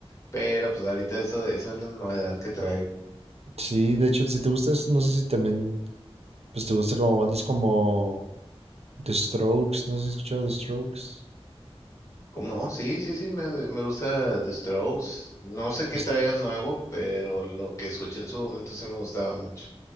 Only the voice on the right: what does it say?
Sí, de hecho, si te gusta, es- no sé si también, pues te gusta como bandas como The Strokes, no sé si has escuchado The Strokes.
Es-